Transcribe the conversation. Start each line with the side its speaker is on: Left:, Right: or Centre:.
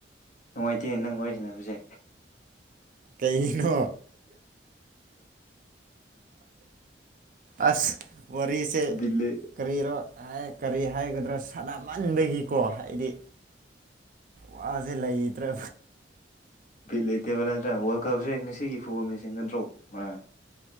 Left: ꯅꯨꯡꯉꯥꯏꯇꯦꯅꯦ ꯅꯪ ꯑꯣꯏꯁꯤꯅꯦꯕꯁꯦ
Right: ꯀꯅꯣ ꯑꯁ ꯑꯣꯏꯔꯤꯦ
Left: ꯕꯤꯠ ꯂꯩ
Right: ꯀꯔꯤꯔꯣ ꯀꯔꯤ ꯍꯥꯏꯒꯗ꯭ꯔꯥ ꯁꯥꯟꯅꯃꯟꯗꯒꯤꯀꯣ ꯍꯥꯏꯗꯤ ꯋꯥꯁꯦ ꯂꯩꯇ꯭ꯔꯦ
Left: ꯂꯩꯇꯦꯕ ꯅꯠꯇ꯭ꯔꯥ ꯋꯥꯔꯜ ꯀꯞꯁꯦ ꯉꯁꯤꯒꯤ ꯐꯨꯕ ꯃꯦꯤꯡ ꯅꯠꯇ꯭ꯔꯣ ꯑꯥ